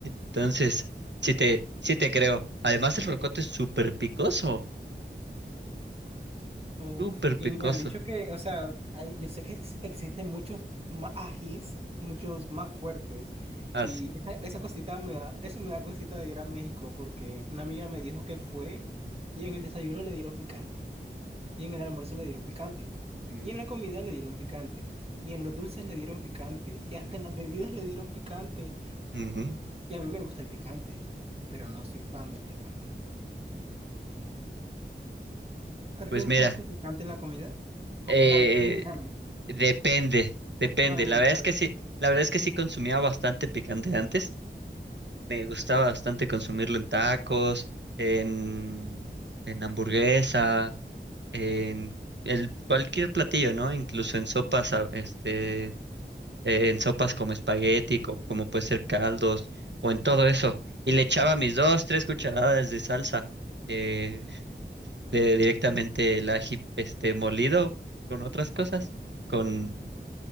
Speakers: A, on the right; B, on the right.
A: Entonces, sí te, sí te creo. Además, el rocoto es súper picoso.
B: Uf,
A: Súper
B: y
A: pecoso.
B: me han dicho que, o sea, hay- yo sé que ex- existen muchos más ajís, muchos más fuertes.
A: Ah,
B: Y
A: sí.
B: esa, esa cosita me da, eso me da cosita de ir a México porque una amiga me dijo que fue y en el desayuno le dieron picante. Y en el almuerzo le dieron picante.
A: Mm,
B: Y en la comida le dieron picante. Y en los dulces le dieron picante. Y hasta en las bebidas le dieron picante.
A: ujú.
B: Y a mí me gusta el picante, pero no soy fan del picante. ¿A ti
A: Pues
B: te gusta
A: mira,
B: mucho el picante en la comida? Oh,
A: eh,
B: claro, es mexicano.
A: depende, depende.
B: A ver,
A: La verdad
B: a
A: es
B: ver.
A: que sí, la verdad es que sí consumía bastante picante antes. Me gustaba bastante consumirlo en tacos, en, en hamburguesa, en el, cualquier platillo, ¿no? Incluso en sopas, a- este, eh, en sopas como espagueti, co- como puede ser caldos, o en todo eso. Y le echaba mis dos, tres cucharadas de salsa. eh, eh, directamente el ají este molido con otras cosas, con,